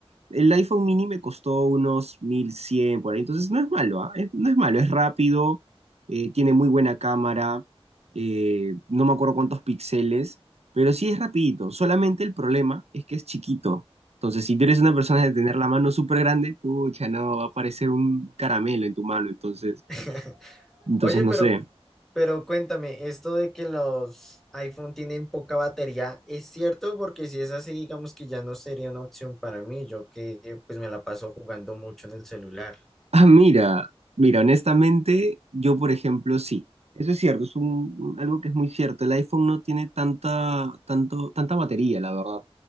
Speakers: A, on the right; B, in the centre.
A: El iPhone mini me costó unos 1100, por ahí, entonces no es malo, ¿ah? Es- no es malo, es rápido, eh, tiene muy buena cámara, eh, no me acuerdo cuántos píxeles, pero sí es rapidito. Solamente el problema es que es chiquito. Entonces, si tú eres una persona de tener la mano súper grande, pucha, no, va a parecer un caramelo en tu mano, entonces,
B: <laughs>
A: entonces
B: Oye,
A: no
B: pero,
A: sé.
B: pero cuéntame, esto de que los iPhone tienen poca batería, ¿es cierto? Porque si es así, digamos que ya no sería una opción para mí, yo que eh, pues me la paso jugando mucho en el celular.
A: Ah, mira, mira, honestamente, yo por ejemplo, sí, eso es cierto, es un, algo que es muy cierto. El iPhone no tiene tanta, tanto, tanta batería, la verdad.